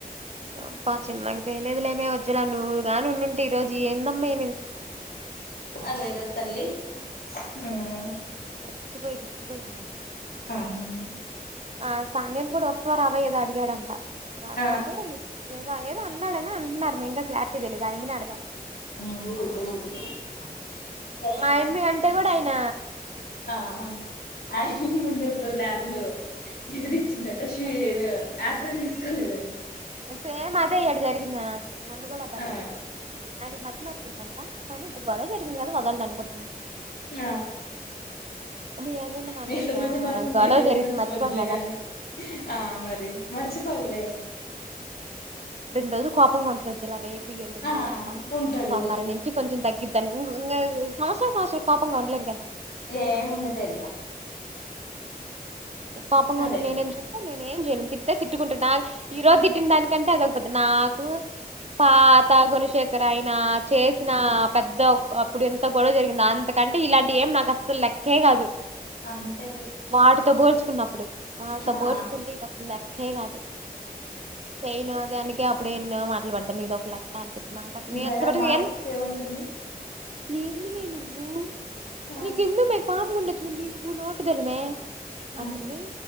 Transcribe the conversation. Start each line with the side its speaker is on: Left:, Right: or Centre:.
Right: అబ్బా చిన్నగ చేయలేదులేవే వజ్జల నువ్వు గానీ ఉండింటే ఈ రోజు ఏందమ్మా ఈ
Left: అదేగ తల్లి హమ్
Right: రెచ్చిపోయి
Left: ఆహా
Right: ఆ సానియా ని కూడా వస్తావొ రావొ ఏదో అడిగాడంట రాకపోతే
Left: ఆ
Right: ఏదో ఏదో అన్నాడనే అంటున్నారు ఇంకా క్లారిటీ తెలీదు ఆయిమ్మిని అడగాల
Left: <unintelligible> <unintelligible>
Right: ఆయమ్మి అంటే కూడా ఆయన
Left: ఆ ఆ <unintelligible> ముంది ఒక రోజు ల్యాబ్ లో ఎదురిచ్చిందంట షూ ఏదో యాప్రాన్ ఏసుకోలేదని
Right: సేమ్ అదే ఇ్యడు జరిగింది నల్లు కూడా ఒకదలిటింది
Left: ఆ
Right: ఆయన ఆయనకి మద్ద్య మార్పుందంటా కానీ ఇది గొడవ జరిగింది కదా వదలాల అనుకుంటున్నాం
Left: ఆ
Right: <unintelligible> మనం
Left: మిగత మధ మరుపుంటిది
Right: గొడవ
Left: అట్ట
Right: జరిగితే
Left: మడిచిపోద్దులే
Right: మర్చిపోం కదా
Left: కాగానీ ఆ మరి మర్చిపో ల్లే
Right: రెండ్రోజులు కోపంగా ఉంటడు తెల్ల రేపు యల్లుండి
Left: ఆ
Right: అంతా
Left: ఉంటాడు
Right: సోమవారం నుంచి కొంచెం తగిద్ది ఇమ్ ఇంగా సంవత్సరాలు సంవత్సరాలు కోపంగా ఉండ్లేరు గదా
Left: ఏముండలేర్లే
Right: కోపంగా
Left: అదే
Right: ఉంటే నేనేం
Left: కదా
Right: చేస్తా నేన్ నేమ్ జయలెన్ తిట్ట్తే తిట్టుకుంటడు నా ఈ రోజు తిట్టిన్ దానికంటే <unintelligible> పోద్ది నాకు పాత గుణశేఖర్ ఆయన చేసిన అప్ పెద్ద అప్పుడు ఎంత గొడవ జరిగింది అంతకంటే ఇలాంటి ఏం నాకస్సలు లెక్కే కాదు
Left: అంతేలే
Right: వాటితో పోల్చుకున్నప్పుడు, వాళ్ళతో పోల్చుకుంటే
Left: ఆ
Right: ఇది అసలు లెక్ ఏం కాదు, చెయ్యనిదానికి ఎప్పుడెన్నో మాట్లు పడ్డా, ఇదొకలెక్కా. తనిపిస్ మా
Left: దడ మాసక్ ఏమంటుంది
Right: <unintelligible> ఏంది మే నువ్వు,
Left: ఆ
Right: నీకెందుకు మే కామ్ గా ఉండొచ్చుగా, నీకు భలే నోటుదూల మే
Left: ఆ
Right: అంటుంది